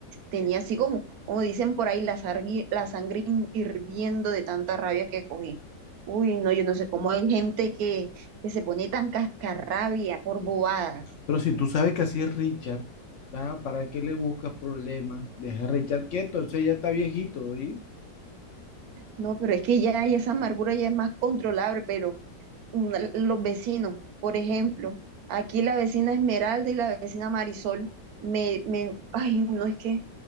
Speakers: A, on the right (about 70°); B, on the left (about 60°).
A: tenía así como, como dicen por ahí, la, sargui- la sangre hin- hirviendo de tanta rabia que cogí. Uy, no, yo no sé cómo hay gente que, que se pone tan cascarrabia por bobadas.
B: Pero si tú sabes que así es Richard, ah, ¿para qué le buscas problemas? Deja a Richard quieto, ese ya está viejito, ¿sí?
A: No, pero es que ya, ya esa amargura ya es más controlable, pero una- los vecinos. Por ejemplo, aquí la vecina Esmeralda y la vecina Marisol, me, me, ay, no es que